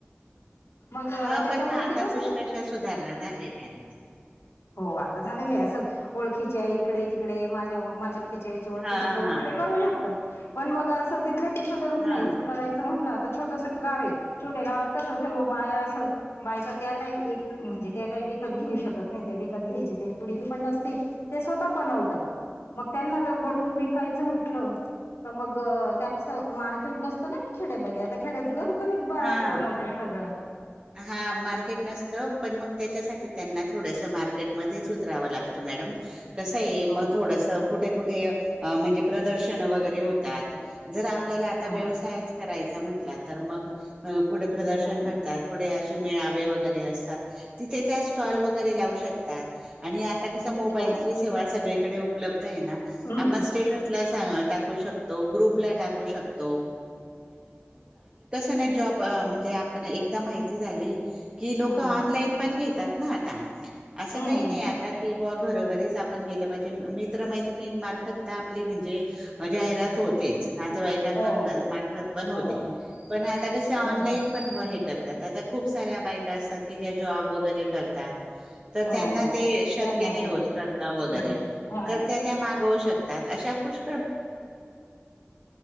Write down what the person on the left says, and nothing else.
मग
त्याच्यामुळे
ते कस...
हो आता झालेलं आहे असं ओळखीचे इकडे तिकडे माझ्या माझ्या... ओळखिचे
करून
ते करू शकतात पण मग असं तिथलं तिथं जर म्हणायच
करायचं म्हटल... छोटस गाव आहे छोट्या गावात कस सर्व बाया अस बायका त्या काही एक म्हणजे ते.... काही विकत घेऊ शकत नाही त्या विकत घ्यायची ते एवढी हे पण नसती त्या स्वतः बनवतात..... मग त्यांना जर बनून विकायचं म्हटलं? तर मग त्यां मार्केट नसतं ना खेड्यामध्ये आता खेड्यात. घरोघरीच बाया
बनवतात सगळ्या.
हो
हा
हा
पण
हम्म
हम्म
हम्म.
हो,
हो.
बरोबर.
हो.
त्यांना
देऊ.
हं. हां.